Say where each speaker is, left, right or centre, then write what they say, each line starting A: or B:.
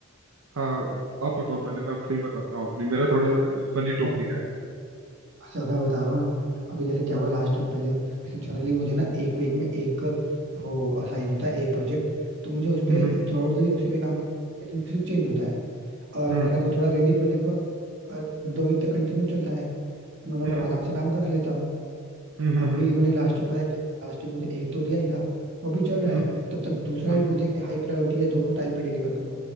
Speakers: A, on the right (about 80°); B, on the right (about 60°).
A: हाँ आप बताओ पहले मैं फिर बताता हूँ अपनी मेरा थोड़ा फनी
B: मैं
A: टॉपिक है
B: अच्छा मैं बता रहा हूँ ना अभी जैसे क्या
A: हाँ
B: हुआ लास्ट वीक पहले ऐसे जनरली मुझे ना एक वीक में एक वो असाइन होता है एक प्रोजेक्ट तो मुझे उस पे
A: हम्म
B: थ्रू आउट द वीक उसी पे काम करना फिर चेंज होता है और
A: हम्म
B: अगर वो थोड़ा लेंदी प्रोजेक्ट हुआ तो अ, दो वीक तक कंटिन्यू चलता है तो मैं
A: हम्म
B: मतलब आराम से काम कर लेता हूँ
A: हम्म
B: अभी
A: हम्म
B: इन्होंने लास्ट वीक पता है क्या किया लास्ट वीक मुझे एक तो दिया ही था वो भी चल रहा
A: हम्म
B: है तब तक दूसरा
A: हम्म,
B: भी बोलते हैं कि हाई प्रायोरिटी है दोनों टाइम पे डिलीवर करो